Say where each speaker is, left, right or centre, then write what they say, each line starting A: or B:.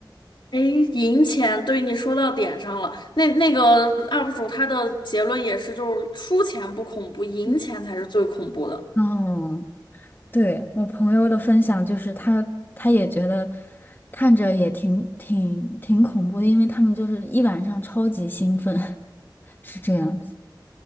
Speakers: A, on the left; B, on the left.
A: 哎，赢钱，对你说到点上了。那那个 UP 主他的结论也是，就是输钱不恐怖，赢钱才是最恐怖的。
B: 嗯嗯，对，我朋友的分享就是他他也觉得看着也挺挺挺恐怖的，因为他们就是一晚上超级兴奋，<laughs> 是这样子。